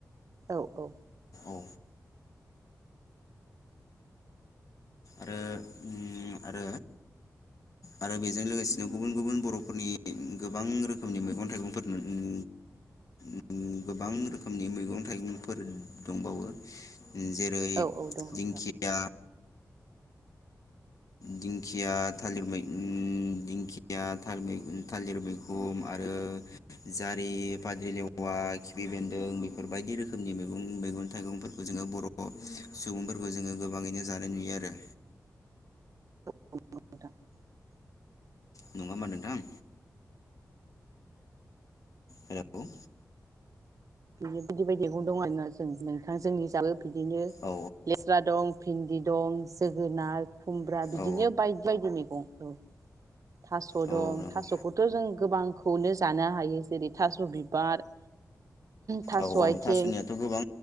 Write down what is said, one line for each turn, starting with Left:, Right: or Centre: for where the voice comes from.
Right: औ औ।
Left: औ आरो उम आरो आरो बेजों लोगोसेनो गुबुन गुबुन बर'फोरनि गोबां रोखोमनि मैगं थाइगंफोर नु उम उम गोबां रोखोमनि मैगं-थाइगंफोर दंबावो। जेरै
Right: औ औ दं नोंथां
Left: दिंखिया दिंखिया थालिर मै उम दिंखिया थालिमि उम थालिरमैखुन आरो जारि फाद्रिलेवा खिफि बेन्दों बेफोरबायदि रोखोमनि मैगं मैगं थाइगंफोरखौ जोङो बर' सुबुंफोरखौ जोङो गोबाङैनो जानाय नुयो आरो।
Right: <unintelligible>
Left: नङा होमबा नोंथां? हेलौ
Right: बिनो बिदि बायदि <unintelligible>
Left: औ
Right: लेस्रा दं भिन्दि दं जोगोनार खुमब्रा बिदिनो
Left: औ
Right: बायदि बायदि मैगं औ। थास'
Left: औ
Right: दं
Left: औ नंगौ
Right: थास'खौथ' जों गोबांखौनो जानो हायो जेरै थास' बिबार थास'
Left: औ औ
Right: आथिं
Left: थास'नियाथ' गोबां